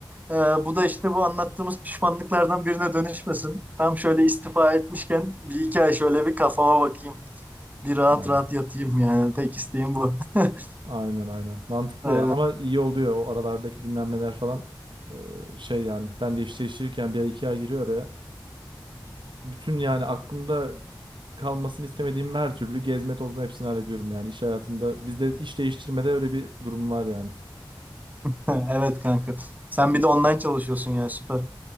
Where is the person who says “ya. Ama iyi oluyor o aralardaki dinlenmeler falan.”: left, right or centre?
Right